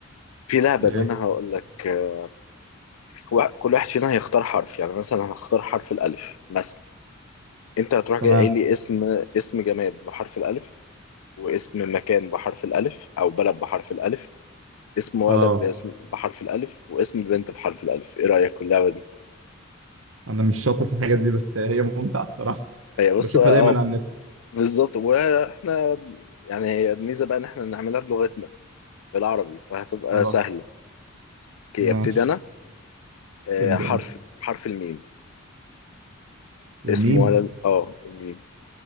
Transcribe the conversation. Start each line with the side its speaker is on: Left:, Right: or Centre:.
Left: في لعبة
Right: ايه
Left: ان انا هقولك آه، وا- كل واحد فينا هيختار حرف يعني مثلا هختار حرف الالف مثلا انت هتروح
Right: تمام
Left: جاي قايل لي اسم اسم جماد بحرف الالف واسم مكان بحرف الالف او بلد بحرف الالف اسم ولد
Right: اه
Left: باسم بحرف الالف واسم بنت بحرف الالف ايه رأيك في اللعبة دي
Right: انا مش شاطر في الحاجات دي بس هي ممتعه الصراحه
Left: هي بص
Right: بشوفها
Left: اه
Right: دايما على النت
Left: بالظبط واحنا يعني هي الميزه بقى ان احنا نعملها بلغتنا بالعربي فهتبقى
Right: خلاص
Left: سهله اوكي
Right: ماشي
Left: ابتدي انا آه،
Right: ابدا
Left: حرف
Right: انت
Left: حرف الميم
Right: الميم
Left: اسم ولد اه الميم